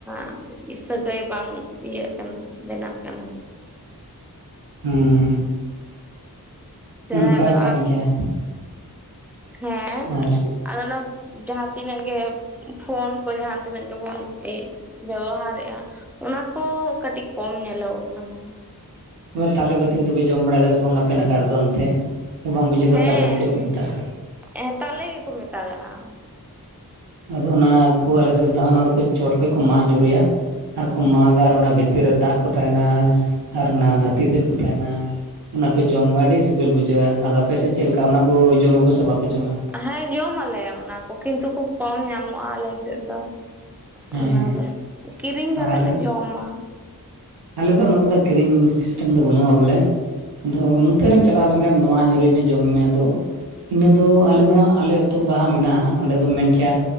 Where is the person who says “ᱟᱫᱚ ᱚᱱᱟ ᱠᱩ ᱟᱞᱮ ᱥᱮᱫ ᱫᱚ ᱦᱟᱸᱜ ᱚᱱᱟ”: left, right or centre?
Right